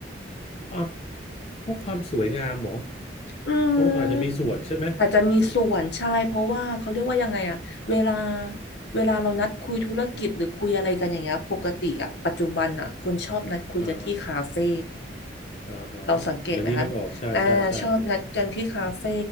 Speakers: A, on the left; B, on the left.
A: อ่ะเพราะความสวยงามเหรอ
B: อืม
A: อ๋ออาจจะมีส่วนใช่ไหม
B: อาจจะมีส่วนใช่เพราะว่าเขาเรียกว่ายังไงอะเวลาเวลาเรานัดคุยธุรกิจหรือคุยอะไรกันอย่างเงี้ยปกติอะปัจจุบันอะคนชอบนัดคุยกันที่คาเฟ่
A: อ่าอ่าฮะ
B: เราสังเกตไหมคะอ่าชอบนัดกันที่คาเฟ่
A: อันนี้นึกออกใช่ใช่ใช่